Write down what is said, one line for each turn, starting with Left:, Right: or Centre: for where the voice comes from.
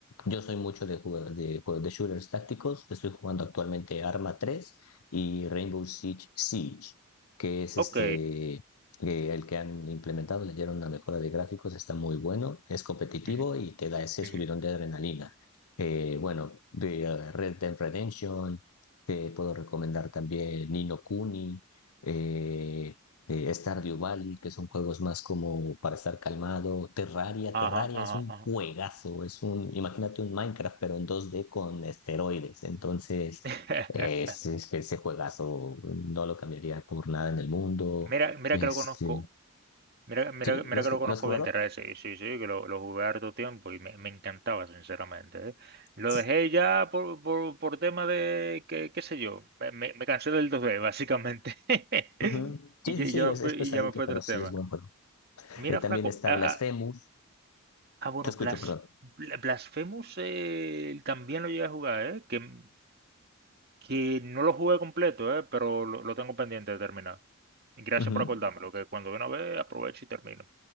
Left: yo soy mucho de, jugar, de, jue- de shooters tácticos. Estoy jugando actualmente Arma 3 y Rainbow Siege Siege, que es este,
Right: Ok.
Left: eh, el que han implementado. Le dieron una mejora de gráficos, está muy bueno, es competitivo
Right: Ujú,
Left: y te da ese subidón
Right: ujú.
Left: de adrenalina. Eh, bueno, de eh, Red Dead Redemption. Te puedo recomendar también Nino Kuni, eh, eh, Stardew Valley, que son juegos más como para estar calmado. Terraria,
Right: Ajá,
Left: Terraria
Right: ajá,
Left: es un juegazo,
Right: ajá.
Left: es un, imagínate un Minecraft, pero en 2D con esteroides. Entonces,
Right: <laughs>
Left: eh, ese, ese juegazo no lo cambiaría por nada en el mundo.
Right: Mira, mira
Left: Este,
Right: que lo conozco. Mira, mira,
Left: ¿sí?
Right: mira
Left: ¿Lo has,
Right: que lo
Left: ju-
Right: conozco
Left: lo has jugado?
Right: bien, Terraria, sí, sí, sí, que lo, lo jugué harto tiempo y me, me encantaba, sinceramente, ¿eh? Lo
Left: Sí.
Right: dejé ya por, por, por tema de, que, qué sé yo, me, me me cansé del 2D, básicamente. <laughs>
Left: Ujú.
Right: Y
Left: Sí,
Right: ya,
Left: sí,
Right: y
Left: sí,
Right: ya me
Left: es,
Right: fue,
Left: es pesadito,
Right: y ya me fue
Left: pero
Right: otro
Left: sí
Right: tema.
Left: es buen juego.
Right: Mira,
Left: Eh, también
Right: flaco,
Left: está
Right: ah,
Left: Blasphemous.
Right: ah, ah, bueno,
Left: Te escucho,
Right: Blas,
Left: perdón.
Right: Bla- Blasphemous eh, también lo llegué a jugar, ¿eh? Que, que no lo jugué completo, ¿eh? Pero lo, lo tengo pendiente de terminar. Gracias
Left: Ujú.
Right: por acordármelo, que cuando de una vez aprovecho y termino.